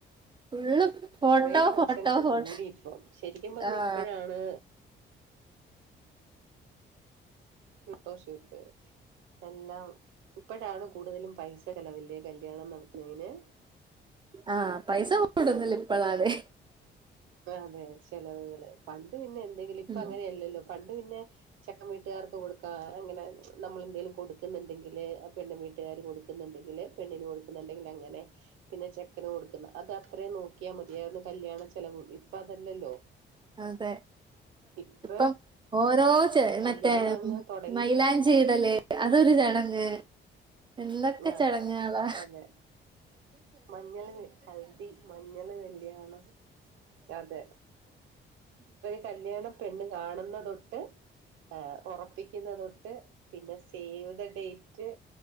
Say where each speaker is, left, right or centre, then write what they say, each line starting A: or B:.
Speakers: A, on the right; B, on the right.
A: ഫുള്ള് ഫോട്ടോ
B: കൊറേ ഫങ്ഷൻസ്
A: ഫോട്ടോ ഫോട്ടോ
B: കൂടി ഇപ്പം ശരിക്കും പറഞ്ഞാ
A: ആഹ്
B: ഇപ്പോഴാണ് ഫോട്ടോ ഷൂട്ട് എല്ലാം ഇപ്പോഴാണ് കൂടുതലും പൈസ ചെലവല്ലേ കല്യാണം നടത്ത് ണേന്
A: ആഹ് പൈസ കൂടുതൽ ഇപ്പളാണ്
B: അതെ ചെലവുകള് പണ്ട് പിന്നെ എന്തെങ്കിലും ഇപ്പം
A: ഉം
B: അങ്ങനെയ അല്ലല്ലോ പണ്ട് പിന്നെ ചെക്കൻ വീട്ടുകാർക്ക് കൊടുക്കാ അങ്ങനെ നമ്മളെന്തെങ്കലും കൊടുക്കുന്നുണ്ടെങ്കില് ആഹ് പെണ്ണ വീട്ടുകാര് കൊടുക്ക കൊടുക്കുന്നുണ്ടെങ്കില് പെണ്ണിന് കൊടുക്കുന്നുണ്ടെങ്കിൽ അങ്ങനെ പിന്നെ ചെക്കന് കൊടുക്കുന്ന അത് അത്രയും നോക്കിയാൽ മതിയായിരുന്നു കല്യാണ ചെലവുംവും ഇപ്പൊ അതല്ലല്ലോ
A: അതെ
B: ഇപ്പ
A: ഇപ്പം ഓരോ <unintelligible>
B: കല്യാണം
A: മറ്റേ
B: അങ്ങ് തൊടങ്ങി
A: മൈലാഞ്ചി ഇടല് അതൊരു ചടങ്ങ് എന്തൊക്കെ
B: ആഹ്
A: ചടങ്ങ്ക്ളാ
B: അതെ മഞ്ഞള് ഹൽദി മഞ്ഞള് കല്യാണം അതെ കല്യാണ പെണ്ണ് കാണുന്ന തൊട്ട് ആഹ് ഉറപ്പിക്കുന്ന തൊട്ട് പിന്നെ സേവ് ദ ഡേറ്റ്